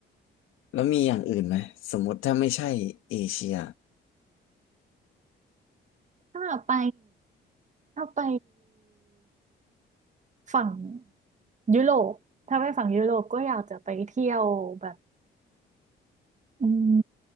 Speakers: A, on the left (about 85°); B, on the right (about 35°).
A: แล้วมีอย่างอื่นไหมสมมติถ้าไม่ใช่เอเชีย
B: ถ้าไปถ้าไปฝั่งยุโรปถ้าไปฝั่งยุโรปก็อยากจะไปเที่ยวแบบ อืม